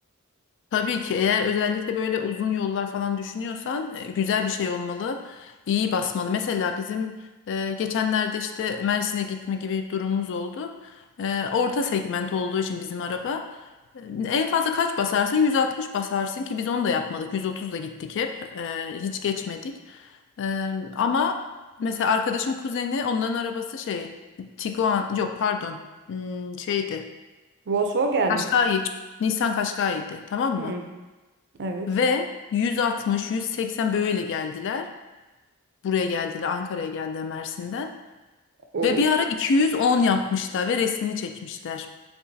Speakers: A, on the left; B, on the right.
A: Tabii ki eğer özellikle böyle uzun yollar falan düşünüyorsan e, güzel bir şey olmalı. iyi basmalı. Mesela bizim e, geçenlerde işte Mersin'e gitme gibi bir durumumuz oldu. E, orta segment olduğu için bizim araba. e, En fazla kaç basarsın? 160 basarsın ki biz onu da yapmadık. 130 da gittik hep. E, hiç geçmedik. Ee, ama mesela arkadaşın kuzeni onların arabası şey Tiguan yok pardon Hmm, şeydi
B: Volkswagen.
A: Kaşkai Nissan Kaşkai'ydi tamam
B: Hmm,
A: mı?
B: evet.
A: Ve 160 180 böyle geldiler. Buraya geldiler Ankara'ya geldiler Mersin'den.
B: O,
A: Ve bir ara 210 yapmışlar ve resmini çekmişler.